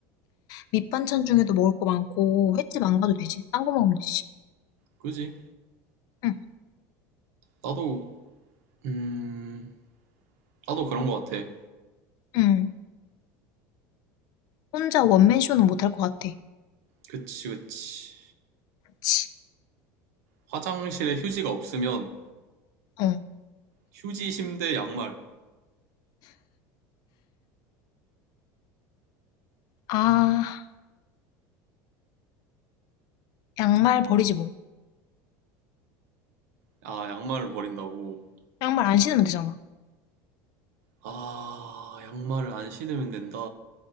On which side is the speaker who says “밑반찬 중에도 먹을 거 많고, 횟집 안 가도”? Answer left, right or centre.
Left